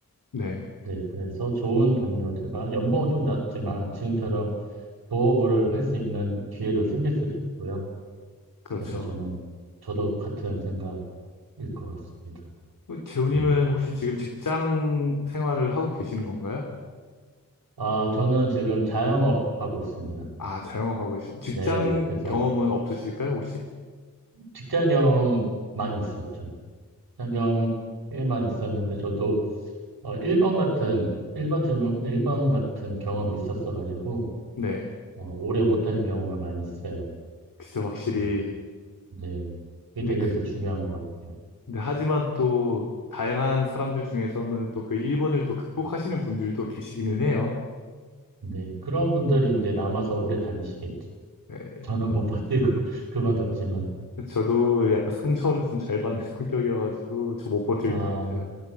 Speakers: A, on the left (about 60°); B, on the right (about 85°).
A: 네,
B: 네. 그래서 좋은 동료들과 연봉은 좀 낮지만, 지금처럼 부업을 할 수 있는 기회도 생길 수도 있고요.
A: 그렇죠.
B: 그래서 저는, 저도 같은 생각, 일 것 같습니다.
A: 어, 재훈님은
B: 네.
A: 혹시 지금 직장 생활을 하고 계시는 건가요?
B: 아, 저는 지금 자영업 하고 있습니다.
A: 아, 자영업하고 계시고 직장
B: 네, 그래서
A: 경험은 없으실까요, 혹시?
B: 직장 경험 많이 있었죠. 직장 경험은 꽤 많이 있었는데, 저도 어, 1번 같은, 일 번 질문, 일 번 같은 경험이 있었어가지고,
A: 네,
B: 어, 오래 못 다닌 경우가 많이 있어요.
A: 그죠, 확실히.
B: 음, 네. 네. 그게
A: 근데
B: 되게
A: 그,
B: 그래서 중요한 것 같아요.
A: 근데 하지만 또 다양한 사람들 중에서는 또 그 1번을 또 극복하시는 분들도 계시기는 해요.
B: 네. 그런 분들이 이제 남아서 오래 다니시겠죠.
A: 네,
B: 저는
A: 막
B: 못 버티고 <laughs> 그만뒀지만,
A: 저도 약간 상처를 좀 잘 받는 <laughs> 성격이어가지고 저 못 버틸
B: 아,
A: 것 같아요.